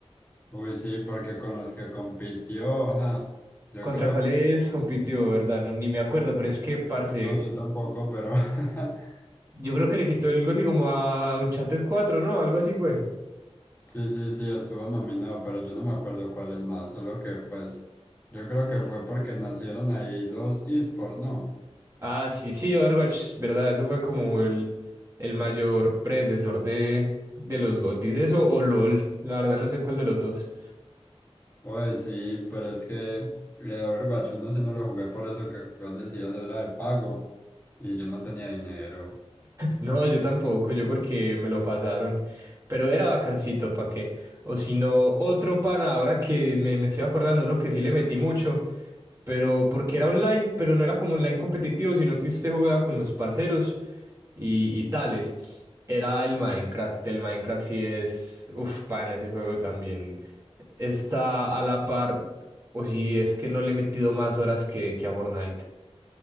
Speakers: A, on the left; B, on the right.
A: Uy, sí, porque con los que compitió, ajá, yo
B: ¿Contra
A: creo
B: cuáles
A: que,
B: compitió, verdad? No, ni me acuerdo, pero es que, parce,
A: no, yo tampoco, pero <laughs>
B: yo creo que le quitó el GOTY como a Uncharted cuatro ¿no? Algo así fue.
A: sí, sí, sí, estuvo nominado, pero yo no me acuerdo cuál es más, solo que pues yo creo que fue porque nacieron ahí los esports, ¿no?
B: Ah, sí, sí, Overwatch, verdad, eso fue como el, el mayor predecesor de, de los GOTYs, eso o LOL, la verdad no sé cuál de los dos.
A: Oye, sí, pero es que el Overwatch uno sí no lo jugué por eso que vos decías era de pago y yo no tenía dinero.
B: No, yo tampoco, yo porque me lo pasaron. Pero era bacancito, ¿para qué? O si no, otro pana, ahora que me, me estoy acordando, uno que sí le metí mucho, pero porque era online, pero no era como online competitivo, sino que usted jugaba con los parceros y, y tales. Era el Minecraft, el Minecraft sí es, uf, pana, ese juego también está a la par, o si es que no le he metido más horas que, que a Fortnite.